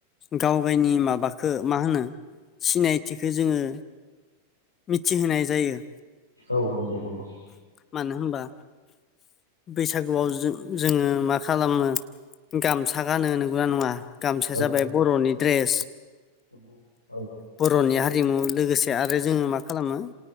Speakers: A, on the left; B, on the left.
A: गाव गायनि माबाखो मा होनो सिनायथिखौ जोङो मिथिहोनाय जायो
B: औ नंगौ नंगौ
A: मानो होनबा बैसागुआव जो जोङो मा खालामो गामसा गानो नंगौना नङा गामसाया
B: औ
A: जाबाय
B: नंगौ
A: बर'नि ड्रेस
B: नंगौ औ
A: बर'नि हारिमु लोगोसे आरो जोङो मा खालामो